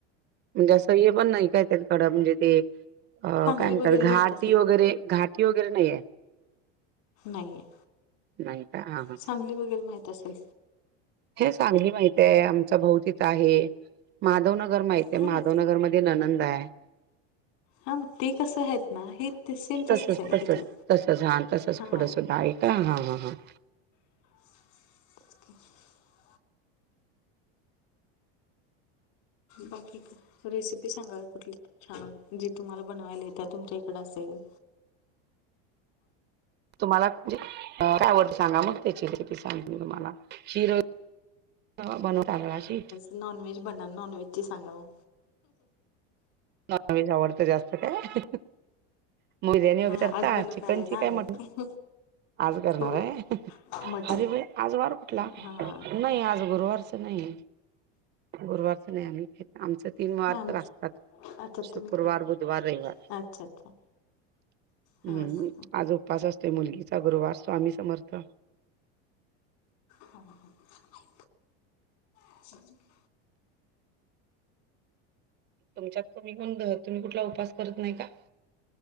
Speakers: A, on the right (about 35°); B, on the left (about 65°).
A: म्हणजे असं हे पण नाही काय त्याकडं म्हणजे ते अ
B: सांगली
A: काय म्हणतात
B: वगैरे
A: घाटी
B: माहित असेल
A: वगैरे घाट टी वगैरे नाहीेये.
B: नाईये.
A: नाही. का हा हा
B: सांगली वगैरे माहीत असेल
A: हे सांगली माहित ये. आमचा भाऊ तिथ आहे. माधवनगर माहित ये
B: हा
A: माधवनगरमध्ये
B: ना ते
A: दीना नंदा आय.
B: हा मग ते कसं आहेत ना हे ते सेम
A: तसच,
B: आहे
A: तसच,
B: इथलं
A: तसच हा तसच
B: हा
A: पुढं सुद्धा आहे. ता हा हा हा
B: <unintelligible> बाकी काय, रेसिपी सांगा कुठली त छान, जे तुम्हाला बनवायला येत्या. तुमच्या इकड असेल
A: तुम्हाला म्हजे काय आवडत सांगा मग त्याची रेसिपी सांगते तुम्हाला शिरो कवा बनव <unintelligible> का अशी
B: नॉनवेज बनण. नॉनवेज ची सांगा ओ
A: नॉनवेज आवडत जास्त काय? बिर्यानी वगैरे
B: हा
A: करता.
B: आज बनवणार
A: चिकनची
B: आहे ना
A: काय
B: आम्ही
A: मटण - आज करणार
B: हो
A: ये,
B: मटन
A: अरे भाई आज वार कुठला?
B: हा
A: नाही आज गुरुवारच नाही. गुरुवारच नाही आम्ही खाईत. आमच तीन वार
B: नाही
A: तर असतात.
B: अच्छा
A: शुक्रवार,
B: तुम्ही खात
A: बुधवार, रयवार
B: अच्छा अच्छा
A: हूं
B: हा हा
A: आज उपास असतोय. मुलगीचा गुरुवार स्वामी समर्थ.
B: हा हा <unintelligible>
A: तुमच्यात, तुम्हीपण दह, तुम्ही कुठला उपास करत नाही का?